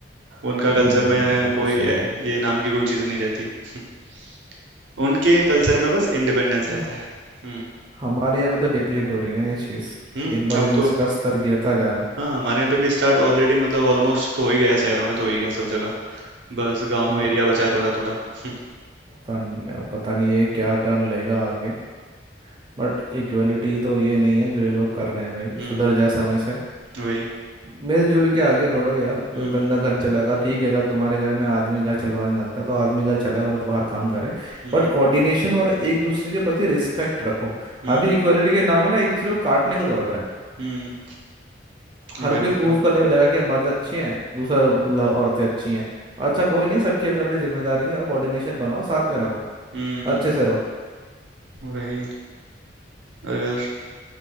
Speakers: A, on the right (about 80°); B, on the right (about 25°).
A: उनका
B: हम्म
A: कल्चर में
B: बात
A: कोई
B: तो सही
A: ए-
B: है
A: ये नाम की कोई चीज़ नहीं रहती <laughs> उनके कल्चर में बस इंडिपेंडेंस रहता
B: पर
A: है हम्म
B: हमारे यहाँ पे तो डिप्लीट हो रही है ना ये चीज़
A: हम्म
B: दिन ब
A: अब
B: दिन
A: तो
B: इसका स्तर गिरता जा रहा है
A: हाँ हमारे यहाँ पे भी स्टार्ट ऑलरेडी मतलब ऑलमोस्ट तो हो ही गया है शहरों में तो हो ही गया सब जगह बस गांव
B: वो
A: एरिया बचा है थोड़ा थोड़ा हम्म
B: पता नहीं यार, पता नहीं ये क्या टर्न लेगा आगे बट इक्वलिटी तो ये नहीं है जो ये लोग कर रहे हैं भाई
A: हम्म,
B: सुधर जाए समय से
A: हम्म, वही
B: मिलजुल के आगे बढ़ो यार
A: हम्म
B: कोई बंदा घर चलाएगा ठीक है अगर तुम्हारे घर में आदमी घर चलाना जानता है तो आदमी घर चलाए और बाहर काम करे
A: हम्म
B: बट कोऑर्डिनेशन और एक दूसरे के प्रति रिस्पेक्ट रखो
A: हम्म
B: अभी इक्वालिटी के नाम है ना एक दूसरे को काटने को दौड़ रहे हैं
A: हम्म, वही
B: हर कोई प्रूव
A: तो
B: करने में लगा कि हम मर्द अच्छे हैं दूसरा ल- औरतें अच्छी हैं अच्छा कोई नहीं सबकी अपनी अपनी जिम्मेदारी है यार कोऑर्डिनेशन बनाओ साथ में रखो
A: हम्म
B: अच्छे से रहो
A: वही अरे यार